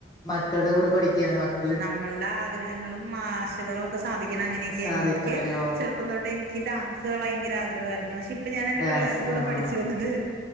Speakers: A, on the left; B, on the right.
A: മക്കളുടെ കൂടെ പഠിക്കുകയാണ്. മക്ക
B: നമ്മളുടെ ആഗ്രഹങ്ങളും ആശകളും ഒക്കെ സാധിക്കണം അങ്ങനെയൊക്കെ
A: സാധിക്കണല്ലോ
B: എനിക്ക് ചെറു റുപ്പം തൊട്ട് എനിക്ക് ഡാൻസ് ഭയങ്കര ആഗ്രഹമായിരുന്നു. പക്ഷേ ഇപ്പൊ ഞാൻ എന്റെ
A: ഡാൻസ്
B: പിള്ളേരുടെകൂടെ
A: ആഹ്
B: പഠിച്ചു വന്നിട്ട്